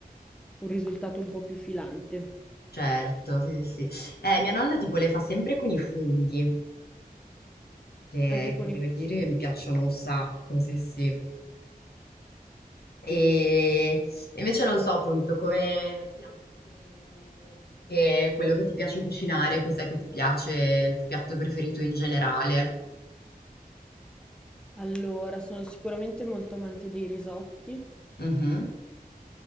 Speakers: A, in the centre; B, on the left.
A: un risultato un po' più filante.
B: Certo, sì, sì. sì. Eh, mia nonna tipo le fa sempre con i funghi, che,
A: Anche con
B: che devo
A: i...
B: dire mi piacciono un sacco, sì, sì. E e invece non so appunto come piatti più che quello che ti piace cucinare, cos'è che ti piace, il tuo piatto preferito in generale.
A: Allora, sono sicuramente molto amante dei risotti.
B: Mhm.